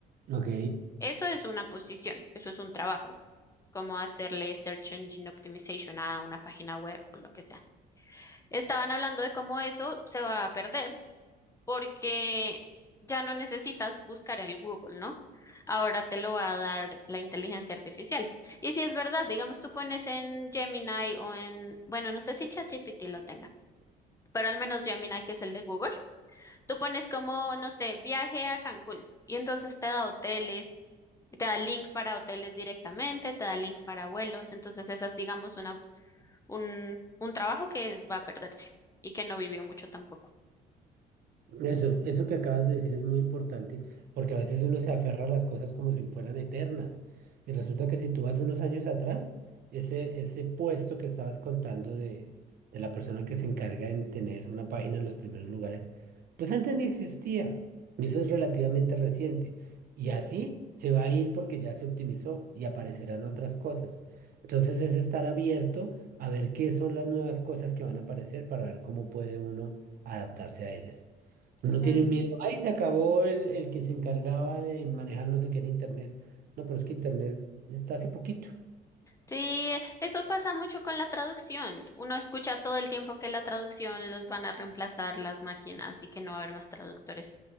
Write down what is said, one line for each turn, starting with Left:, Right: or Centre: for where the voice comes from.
Right: Ok,
Left: Eso es una posición, eso es un trabajo, como hacerle Search Engine Optimization a una página web o lo que sea. Estaban hablando de cómo eso se va a perder porque ya no necesitas buscar en Google, ¿no? Ahora te lo va a dar la inteligencia artificial. Y si es verdad, digamos, tú pones en Gemini o en, bueno, no sé si ChatGPT lo tenga, pero al menos Gemini, que es el de Google, tú pones como, no sé, viaje a Cancún y entonces te da hoteles. y Te da link para hoteles directamente, te da link para vuelos, entonces esa es, digamos, una, un, un trabajo que va a perderse y que no vivió mucho tampoco.
Right: Eso, eso que acabas de decir es muy importante porque a veces uno se aferra a las cosas como si fueran eternas. Y resulta que si tú vas unos años atrás, ese, ese puesto que estabas contando de, de la persona que se encarga en tener una página en los primeros lugares, pues antes ni existía. Y eso es relativamente reciente. Y
Left: Mm.
Right: así se va a ir porque ya se optimizó y aparecerán otras cosas. Entonces es estar abierto a ver qué son las nuevas cosas que van a aparecer para ver cómo puede uno adaptarse a ellas. No
Left: Mm.
Right: tienen miedo. Ahí se acabó el, el que se encargaba de manejar no sé qué en Internet. No, pero es que Internet está hace poquito.
Left: Sí, eso pasa mucho con la traducción. Uno escucha todo el tiempo que la traducción los van a reemplazar las máquinas y que no va a haber más traductores.